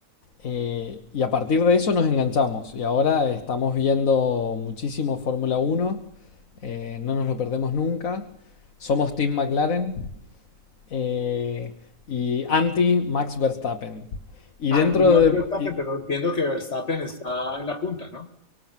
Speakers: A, on the left; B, on the left.
A: Eh, y a partir de eso nos enganchamos y ahora estamos viendo muchísimo Fórmula Uno eh, no nos lo perdemos nunca. Somos Team McLaren, eh, y anti Max Verstappen. Y
B: Anti
A: dentro
B: más
A: de...
B: Verstappen,
A: y-
B: pero entiendo que Verstappen está en la punta, ¿no?